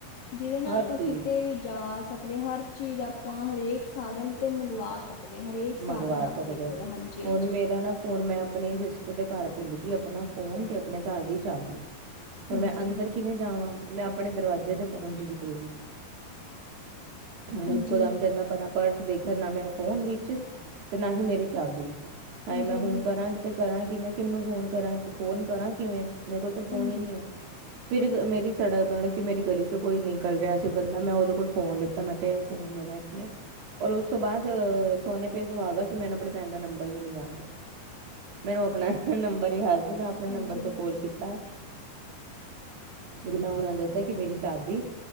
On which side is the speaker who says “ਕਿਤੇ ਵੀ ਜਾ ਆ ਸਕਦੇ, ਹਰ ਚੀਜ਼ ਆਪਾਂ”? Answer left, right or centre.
Left